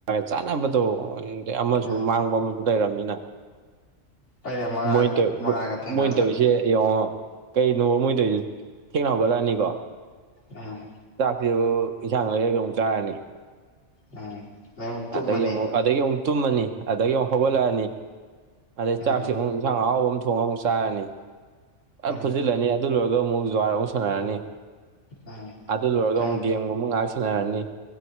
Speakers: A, on the right (about 75°); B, on the left (about 65°).
A: ꯆꯥꯟꯅꯕꯗꯣ ꯑꯃꯁꯨ
B: ꯎꯝ
A: ꯃꯥꯡꯕ ꯂꯩꯔꯕꯔꯕꯅꯤꯅ
B: ꯑꯩꯅ ꯃꯉꯥꯜ
A: ꯃꯣꯏ ꯇꯧ
B: ꯃꯉꯥꯜꯒ ꯊꯦꯡꯅꯕꯗ
A: ꯃꯣꯏꯅ ꯇꯧꯔꯤꯁꯦ ꯌꯦꯡꯉꯣ ꯀꯩ ꯅꯣ ꯃꯣꯏꯗꯣꯏꯗ ꯊꯦꯡꯅ ꯍꯧꯒꯠꯂꯛꯑꯅꯤꯀꯣ
B: ꯎꯝ
A: ꯆꯥꯛꯁꯤꯕꯨ ꯏꯟꯁꯥꯡ ꯂꯩꯔꯒ ꯑꯃꯨꯛ ꯆꯥꯔꯅꯤ
B: ꯎꯝ ꯑꯌꯨꯛ ꯇꯨꯝꯃꯅꯤ
A: ꯑꯗꯒꯤ ꯑꯃꯨꯛ ꯑꯗꯒꯤ ꯑꯃꯨꯛ ꯇꯨꯝꯃꯅꯤ ꯑꯗꯒꯤ ꯑꯃꯨꯛ ꯍꯧꯒꯠꯂꯛꯑꯅꯤ
B: ꯎꯝ
A: ꯑꯗꯩ
B: ꯎꯝ
A: ꯆꯥꯛꯁꯤ ꯑꯃꯨꯛ ꯌꯦꯟꯁꯥꯡ ꯑꯍꯥꯎꯕ ꯑꯃ ꯊꯣꯡꯉꯒ ꯑꯃꯨꯛ ꯆꯥꯔꯅꯤ
B: ꯎꯝ
A: ꯐꯨꯖꯤꯜꯂꯅꯤ ꯑꯗꯨ ꯂꯣꯏꯔꯒ ꯑꯃꯨꯛ ꯖꯨꯔ ꯑꯃꯨꯛ ꯁꯥꯟꯅꯔꯅꯤ
B: ꯎꯝ
A: ꯑꯗꯨ ꯂꯣꯏꯔꯒ
B: ꯑꯌꯨꯛ
A: ꯑꯃꯨꯛ ꯒꯦꯝꯒꯨꯝꯕ ꯉꯥꯏꯍꯥꯛ ꯁꯥꯟꯅꯔꯅꯤ